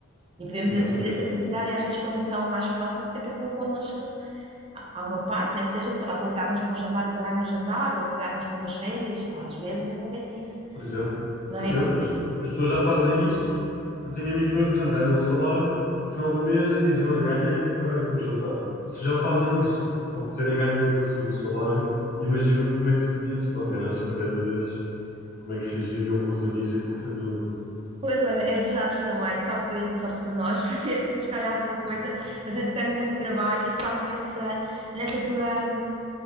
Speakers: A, on the right; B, on the left.
A: E podemos
B: exatamente.
A: assistir essa felicidade e às vezes quando são mais próximos até partilham connosco alguma parte, nem que seja, sei lá, convidar-nos para um jantar e pagarem um jantar, ou convidar-nos para umas férias, sei lá, às vezes acontece isso,
B: Por exemplo,
A: não
B: por
A: é?
B: exemplo, as, as pessoas já fazem isso. Eu tenho amigos meus, por exemplo, ganham o salário ao final do mês e dizem: Olha, ganhei, eu vou-te pagar aqui um jantar. Se já fazem isso, só por terem ganho, recebido o salário, imagino como é que seria se, pronto, ganhassem um prémio desses, como é que reagiriam com os amigos e com a família.
A: Pois olha, é desejar-vos também sorte para eles e sorte para nós, <laughs> para ver se nos calha alguma coisa, mas entretanto muito trabalho e sorte nessa, nessa tua,